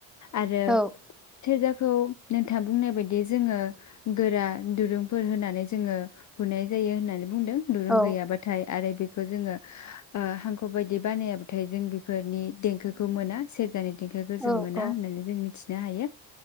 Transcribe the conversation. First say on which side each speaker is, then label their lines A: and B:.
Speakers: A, on the left (about 40°); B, in the centre.
A: आरो
B: औ
A: सेरजाख खौ नोंथाङा बुंनाय बायदि बिदि जोङो गोरा दुरुंफोर होननानै जोङो बुनाय जायो होननानै बुंदों दुरुं
B: औ
A: गैयाबाथाय आरो बेखौ जोङो ओ हांखो बायदि बानायाबाथाय जों बेफोरनि देंखोखौ मोना सेरजानि देंखोखौ
B: औ
A: जों मोना होननानै जों मिथि जायो